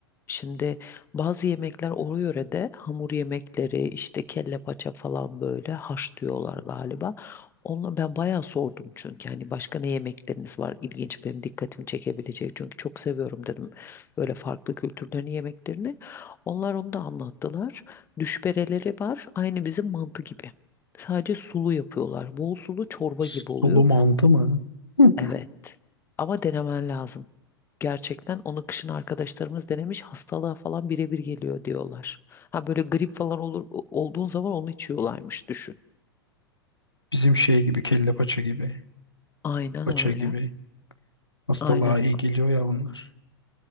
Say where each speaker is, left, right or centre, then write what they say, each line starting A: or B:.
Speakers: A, on the left (about 15°); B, on the left (about 80°).
A: Şimdi bazı yemekler o yörede hamur yemekleri işte kelle paça falan böyle haş diyorlar galiba. Onunla ben bayağı sordum çünkü hani başka ne yemekleriniz var ilginç benim dikkatimi çekebilecek çünkü çok seviyorum dedim böyle farklı kültürlerin yemeklerini. Onlar onu da anlattılar. Düşbereleri var aynı bizim mantı gibi. Sadece sulu yapıyorlar. Bol sulu çorba
B: Sulu
A: gibi oluyor.
B: mantı mı? Hı.
A: Evet. Ama denemen lazım. Gerçekten onu kışın arkadaşlarımız denemiş hastalığa falan birebir geliyor diyorlar. Ha böyle grip falan olur olduğun zaman onu içiyorlarmış düşün.
B: Bizim şey gibi kelle paça gibi.
A: Aynen
B: Paça
A: öyle.
B: gibi. Hastalığa
A: Aynen.
B: iyi geliyor ya onlar.